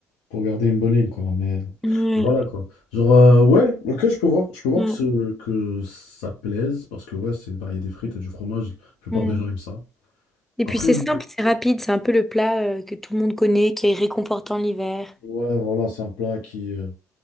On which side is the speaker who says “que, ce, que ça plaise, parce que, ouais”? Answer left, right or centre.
Left